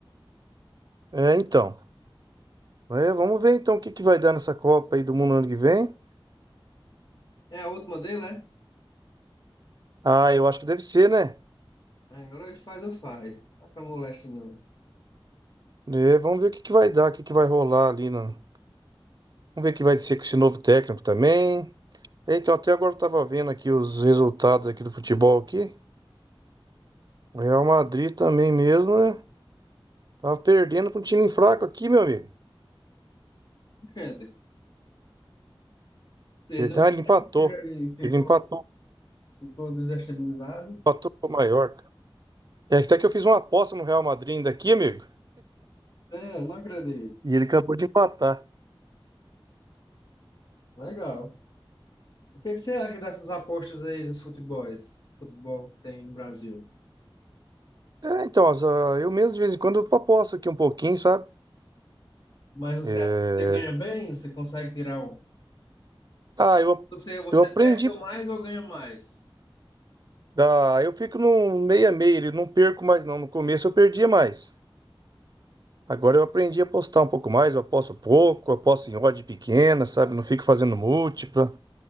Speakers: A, on the right (about 45°); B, on the left (about 50°).
A: É, então. É, vamos ver então o que que vai dar nessa Copa aí do Mundo ano que vem.
B: É a última dele, né?
A: Ah, eu acho que deve ser, né?
B: Agora ele faz ou faz. Tá com a moléstia não.
A: É, vamos ver o que que vai dar, o que que vai rolar ali. No... Vamos ver o que vai ser com esse novo técnico também. É, Então, até agora eu tava vendo aqui os resultados aqui do futebol aqui. O Real Madrid também mesmo, né? Tava perdendo para um time fraco aqui, meu amigo.
B: Gente, Pedro
A: Perdão, ele empatou.
B: e ficou,
A: Ele empatou,
B: ficou desestabilizado.
A: empatou com o Mallorca. É até que eu fiz uma aposta no Real Madrid ainda aqui, amigo.
B: É, não acredito.
A: E ele acabou de empatar.
B: Legal. O que é que você acha dessas apostas aí dos futebols, futebol que tem no Brasil?
A: É, então, as- ah, eu mesmo de vez em quando eu aposto aqui um pouquinho, sabe?
B: Mas você
A: É,
B: acha que você ganha bem? Você consegue tirar um?
A: Ah, eu,
B: Você, você
A: eu aprendi
B: perde ou mais ou ganha mais?
A: Dá- eu fico no meio a meio, ele não perco mais não. No começo eu perdia mais. Agora eu aprendi a apostar um pouco mais, eu aposto pouco, eu aposto em odd pequena, sabe? Não fico fazendo múltipla.